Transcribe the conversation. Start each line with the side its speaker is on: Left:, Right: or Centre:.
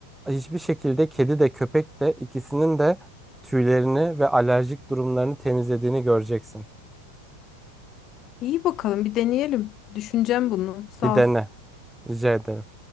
Centre: hiçbir şekilde kedi de köpek de ikisinin de tüylerini ve alerjik durumlarını temizlediğini göreceksin.
Left: İyi bakalım, bir deneyelim. Düşüneceğim bunu. Sağ
Centre: Bir dene
Left: ol.
Centre: rica ederim.